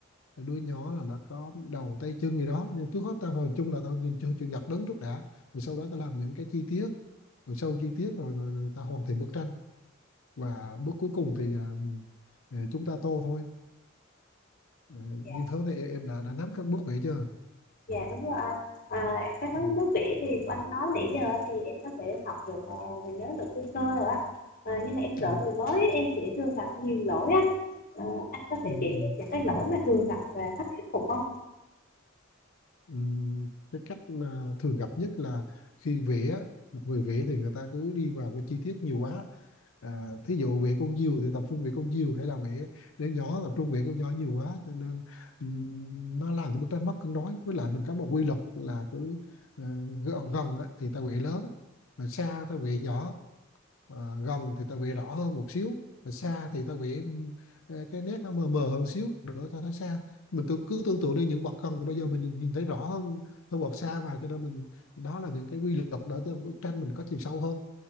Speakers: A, on the left; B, on the left.
A: đuôi nhỏ là nó có đầu tay chân gì đó nhưng trước hết ta vào chung là ta nhìn chữ chữ nhật đứng trước đã rồi sau đó ta làm những cái chi tiết rồi sâu chi tiết rồi rồi, rồi ta hoàn thiện bức tranh và bước cuối cùng thì à, ừ, chúng ta tô thôi Ờ,
B: Dạ.
A: như thế thì em, em đã đã nắm các bước vậy chưa
B: Dạ đúng rồi anh. À, cái nói
A: ừ,
B: nước vỉ thì anh nói nãy giờ thì em có thể học được ờ, và nhớ được sơ sơ rồi á. Ờ, nhưng mà em sợ
A: ừ,
B: người mới em sẽ thường gặp nhiều lỗi á. Ờ, anh có
A: ừ,
B: thể chỉ
A: ừ,
B: em những cái lỗi mà thường gặp và cách khắc phục không?
A: ừ. cái cách mà thường gặp nhất là khi vẽ một người vẽ thì người ta cứ đi vào cái chi tiết nhiều quá à, thí dụ việc con diều thì tập trung việc con diều hay là việc đứa nhỏ tập trung việc con nhỏ nhiều quá cho nên ừm, nó làm cho bức tranh mất cân đối với lại mình có một quy luật là cứ ờ, gần gần á thì ta quệ lớn mà xa ta quệ nhỏ Ờ, gần thì ta quệ rõ hơn một xíu mà xa thì ta quệ ừm, ờ, cái nét nó mờ mờ hơn xíu nữa ta thấy xa mình tự, cứ tưởng tượng đi những vật gần thì bây giờ mình nhìn, nhìn thấy rõ hơn hơn vật xa mà cho nên mình đó là những cái quy luật để cho bức tranh mình có chiều sâu hơn